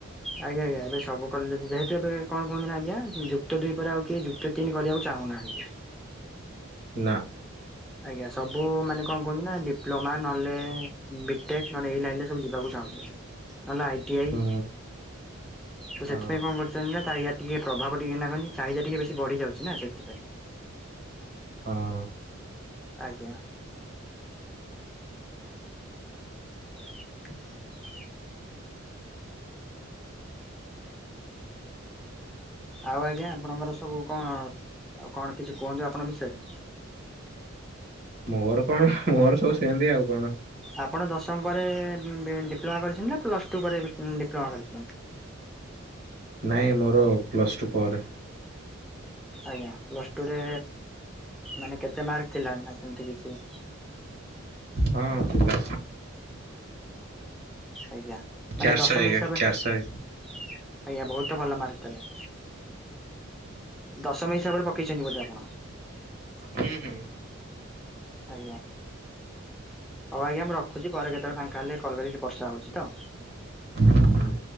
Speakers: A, in the centre; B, on the right.
A: ଆଜ୍ଞା ଆଜ୍ଞା ଏ ସବୁ କଲେଜ ଯେହେତୁ ଏବେ କଣ କୁହନ୍ତୁ ଆଜ୍ଞା ଯୁକ୍ତ ଦୁଇ ପରେ ଆଉ ଯୁକ୍ତ ଦୁଇ କରିବାକୁ ଚାହୁଁନାହାନ୍ତି।
B: ନା।
A: ଆଜ୍ଞା ସବୁ ମାନେ କଣ କୁହନ୍ତି ନା ଡିପ୍ଲୋମା ନହେଲେ ବିଟେକ୍ ନହେଲେ ଏଇ ଲାଇନ୍ ରେ ସବୁ ଯିବାକୁ ଚାହୁଁଛନ୍ତି। ନହେଲେ ଆଇଟିଆଇ।
B: ହୁଁ
A: ତ
B: ହଁ
A: ସେଥିପାଇଁ କଣ କରୁଛନ୍ତି ନା ୟାର ଟିକେ ପ୍ରଭାବ ଟିକେ ଏଇନା ଚାହିଦା ଟିକେ ବେଶୀ ବଢି ଯାଉଛି ନା ସେଥିପାଇଁ।
B: ହଁ।
A: ଆଜ୍ଞା। <unintelligible> ଆଉ ଆଜ୍ଞା ଆପଣଙ୍କର ସବୁ କଣ ଆଉ କଣ କିଛି କୁହନ୍ତୁ ଆପଣଙ୍କ ବିଷୟରେ?
B: ମୋର କଣ ମୋର ସବୁ ସେନ୍ତି ଆଉ କଣ।
A: ଆପଣ ଦଶମ ପରେ ଡିପ୍ଲୋମା କରିଛନ୍ତି ନା ପ୍ଲସ ଟୁ ପରେ ଡିପ୍ଲୋମା କରିଛନ୍ତି?
B: ନାଇଁ ମୋର ପ୍ଲସ୍ ଟୁ ପରେ।
A: ଆଜ୍ଞା ପ୍ଲସ୍ ଟୁରେ ମାନେ କେତେ ମାର୍କ ଥିଲା ନା ସେମତି କିଛି?
B: ହଁ। ଥିଲା
A: ଆଜ୍ଞା ମାନେ
B: ଚାରିଶହ
A: ଦଶମ
B: ଏକ
A: ହିସାବରେ
B: ଚାରିଶହ
A: ଆଜ୍ଞା ବହୁତ ଭଲ ମାର୍କ ଥିଲା। ଦଶମ ହିସାବରେ ପକେଇଛନ୍ତି ବୋଧେ ଆପଣ?
B: ହୁଁ ହୁଁ।
A: ଆଜ୍ଞା। ହଉ ଆଜ୍ଞା ମୁଁ ରଖୁଛି ପରେ କେତେବେଳେ ଫାଙ୍କା ହେଲେ କଲ କରିବି ବର୍ଷା ହଉଛି ତ।
B: ହୁଁ